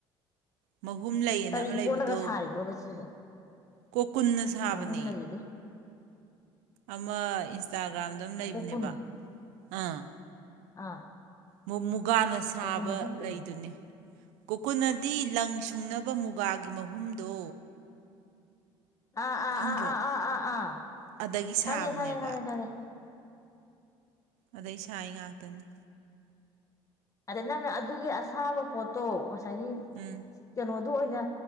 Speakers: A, on the right (about 80°); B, on the left (about 30°).
A: ꯃꯍꯨꯝ ꯂꯩꯌꯦꯅ
B: ꯀꯔꯤ
A: ꯑꯃ ꯂꯩꯕꯗꯣ
B: ꯄꯣꯠꯂꯒ ꯁꯥꯔꯤꯅꯣꯕ ꯁꯤꯗꯣ
A: ꯀꯣꯀꯨꯟꯅ ꯁꯥꯕꯅꯤ
B: ꯑꯍꯨꯝ ꯂꯩꯌꯦꯗꯤ
A: ꯑꯃ ꯏꯟꯁꯇꯥꯒ ꯑꯥꯝꯗ ꯑꯃꯝ ꯂꯩꯕꯅꯦꯕ
B: ꯀꯣꯀꯨꯟ
A: ꯑꯥ
B: ꯑꯥ
A: <inaudible> ꯀꯥꯟꯅ ꯁꯥꯕ
B: ꯀꯣꯀꯨꯟ ꯑꯗꯤ ꯀꯩꯅꯣ
A: ꯂꯩꯗꯨꯅꯤ ꯀꯨꯀꯨꯅꯗꯤ ꯂꯪ ꯁꯨꯡꯅꯕ ꯃꯨꯒꯥꯒꯤ ꯃꯍꯨꯝꯗꯣ
B: ꯑꯥ ꯑꯥ
A: ꯈꯪꯗ꯭ꯔꯣ
B: ꯑꯥ ꯑꯥ ꯑꯥ ꯑꯥ ꯑꯥ
A: ꯑꯗꯒꯤ ꯁꯥꯕꯅꯦꯕ
B: ꯈꯪꯉꯦ ꯈꯉꯦ ꯈꯉꯦ ꯈꯉꯦ
A: ꯑꯗ ꯏꯁꯥ ꯑꯩ ꯉꯥꯛꯇꯅꯤ
B: ꯑꯗꯩ ꯅꯪꯅ ꯑꯗꯨꯒꯤ ꯑꯁꯥꯕ ꯄꯣꯠꯇꯣ ꯁ
A: ꯎꯝ
B: ꯀꯩꯅꯣ ꯑꯗꯨ ꯑꯣꯏꯅ